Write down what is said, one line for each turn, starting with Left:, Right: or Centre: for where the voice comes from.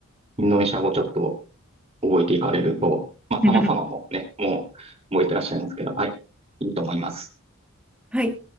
Right: インドネシア語ちょっと覚えていかれると、まあ、
Centre: <laughs>
Right: 様々もね、もう覚えてらっしゃいますけど、はい、いいと思います。
Centre: はい。